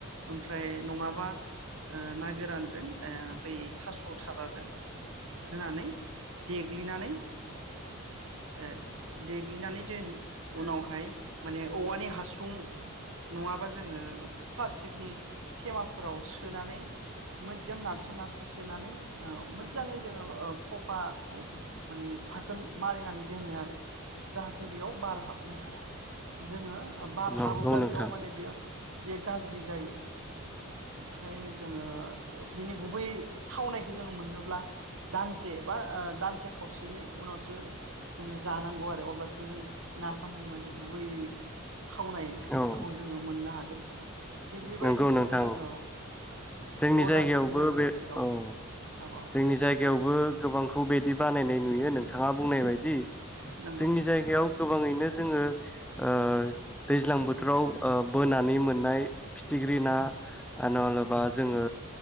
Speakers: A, on the right (about 65°); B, in the centre.
A: नङाब्ला बा ओ ना गोरानजों ओ बै थास' थाराजों होनानै देग्लिनानै ओ देग्लिनानै दोन उनावहाय माने औवानि हासुं नङाबा जोङो प्लास्टिकनि थेमाफोराव सोनानै मोजां नारसि नारसिन सोनानै मोजाङै जोङो खफाखौ माने थाखोन मारिनानै दोनो आरो जाहाथे बेयाव बार हाबनो हाया। जोङो बार
B: नंगौ
A: हाबोब्ला
B: नोंथां
A: बेयाव माने बियो बेयो गाज्रि जायो ओमफ्राय जोङो बिनि गुबै थावनायखौ जोङो मोननोब्ला दानसे बा ओ दानसे खावसेनि उनावसो जोङो जानांगौ आरो अब्लासो जों नाफामनि माने गुबै थावनायखौ
B: औ
A: जोङो मोननो हागोन थिग बेबायदिनो
B: नंगौ नोंथां
A: जोङो औ
B: जोंनि
A: द'
B: जायगायावबो
A: दान स्नि दानालागै
B: बे औ
A: औ औ
B: जोंनि जायगायावबो
A: दे बुं
B: गोबांखौ अबेदि बानायनाय नुयो नोंथाङा बुंनाय बायदि
A: नंगौ
B: जोंनि जायगायाव गोबाङैनो जोंङो ओ दैज्लां बोथोराव ओ बोना नै मोननाय फिथिग्रि ना ओ नल बा जोङो